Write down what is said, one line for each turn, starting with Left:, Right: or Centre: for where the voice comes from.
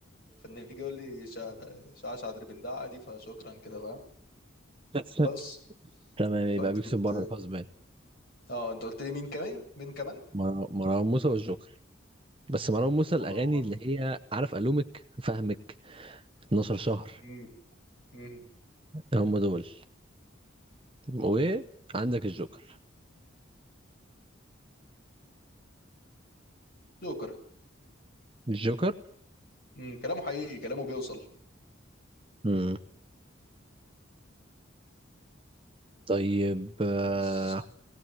Left: فان يجي يقول لي شع- شعشع دربندعة دي فشكرا كده فاهم
Right: <laughs>
Left: بس
Right: تمام يبقى
Left: فانت
Right: بيكسب
Left: كنت
Right: بره الحزب
Left: اه انت قلت لي مين كمان مين كمان
Right: مر- مروان موسى والجوكر بس مروان موسى
Left: مروان
Right: الأغاني اللي هي عارف ألومك فهمك 12 شهر
Left: امم امم
Right: هم دول وعندك الجوكر
Left: جوكر
Right: الجوكر
Left: امم كلامه حقيقي كلامه بيوصل
Right: مم. طيب
Left: بس
Right: آه،